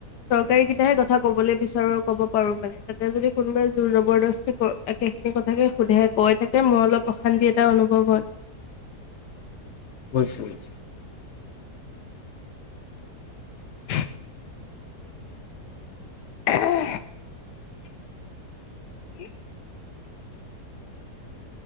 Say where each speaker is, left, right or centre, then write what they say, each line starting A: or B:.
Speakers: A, on the left; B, on the left.
A: দৰকাৰীকিটাহে কথা ক'বলৈ বিচাৰোঁ আৰু ক'ব পাৰোঁ মানে । তাতে যদি কোনোবাই জোৰ-জবৰদস্তি ক- একেখিনি কথাকে সোধে কৈ থাকে, মোৰ অলপ অশান্তি এটা অনুভৱ হয়।
B: বুইছোঁ - বুইছোঁ।
A: <unintelligible> উম কি?